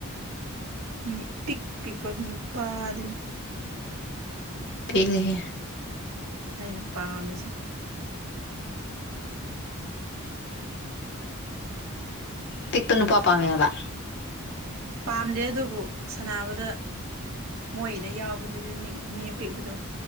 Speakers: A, on the right; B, on the left.
A: ꯃꯤ ꯄꯤꯛ ꯄꯤꯛꯄ ꯅꯨꯄꯥꯗꯨꯅꯤ
B: ꯄꯦꯜꯂꯦꯍꯦ
A: ꯑꯩꯅ ꯄꯥꯝꯃꯤꯁꯦ
B: ꯄꯤꯛꯄ ꯅꯨꯄꯥ ꯄꯝꯃꯦ ꯍꯥꯢꯕ
A: ꯄꯥꯝꯗꯦ ꯑꯗꯨꯕꯨ ꯁꯥꯟꯅꯕꯗ ꯃꯣꯏꯗ ꯌꯥꯎꯕꯗꯨꯗꯤ ꯃꯤ ꯃꯤ ꯑꯄꯤꯛꯄꯗꯣ